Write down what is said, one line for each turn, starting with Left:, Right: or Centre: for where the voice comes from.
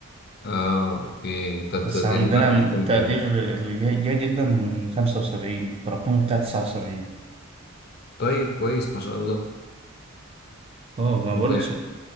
Left: اه اوكي انت أنت
Right: بس
Left: التقريب
Right: عندنا
Left: بتاعك كام
Right: تقدير
Left: كام
Right: الجيد جيد جدا من خمسة وسبعين التراكمي بتاع تسعة وسبعين
Left: طيب كويس ما شاء الله
Right: اه ما
Left: انت
Right: بقول عشان